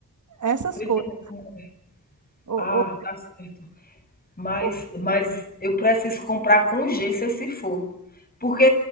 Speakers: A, on the right; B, on the left.
A: essas
B: tô
A: coisas.
B: entendendo.
A: Ou,
B: Ah,
A: ou-
B: tá certo. Mas
A: ou-
B: mas eu preciso comprar com urgência se for, porque